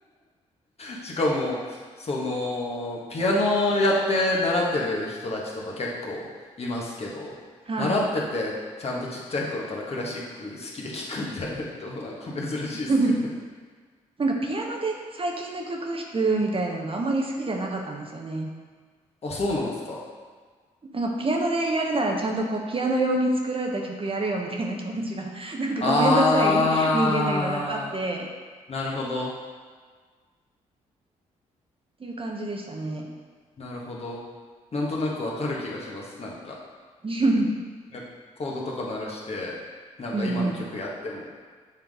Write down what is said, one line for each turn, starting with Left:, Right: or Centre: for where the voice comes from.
Left: しかも、その、ピアノやって習ってる人たちとか結構いますけど、
Right: <laughs> はい。
Left: 習ってて、ちゃんとちっちゃい頃からクラシック好きで聴くみたいな人もなんか珍しいですよね。
Right: <laughs> なんかピアノで最近の曲弾くみたいなのがあんまり好きじゃなかったんですよね。
Left: あ、そうなんですか。
Right: なんかピアノでやるならちゃんとこうピアノ用に作られた曲やれよみたいな気持ちが <laughs> なんかこうめんどくさい人間だけどなんかあって
Left: あー、なるほど。
Right: っていう感じでしたね。
Left: なるほど。なんとなくわかる気がします。なんか、
Right: <laughs> うん
Left: なんかコードとか鳴らして、なんか今の曲やっても。
Right: うん。